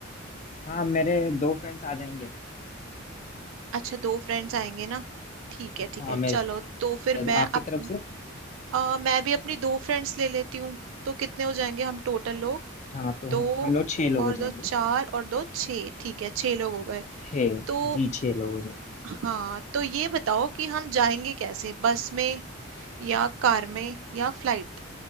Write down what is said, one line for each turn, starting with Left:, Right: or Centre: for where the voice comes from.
Left: हाँ मेरे दो फ्रेंड्स आ जाएंगे
Right: अच्छा दो फ्रेंड्स आएंगे ना ठीक है ठीक
Left: हाँ
Right: है
Left: मेरे
Right: चलो तो फिर मैं
Left: आपकी
Right: अप,
Left: तरफ से
Right: अ, मैं भी अपनी दो फ्रेंड्स ले लेती हूँ तो कितने हो जाएंगे हम टोटल लोग
Left: हाँ तो
Right: दो
Left: हम लोग छः लोग
Right: और
Left: हो जाएंगे
Right: दो चार और दो छः ठीक है छः लोग हो गए
Left: छः
Right: तो
Left: जी छः लोग हो जाएंगे
Right: हाँ तो ये बताओ कि हम जाएंगे कैसे बस में या कार में या फ्लाइट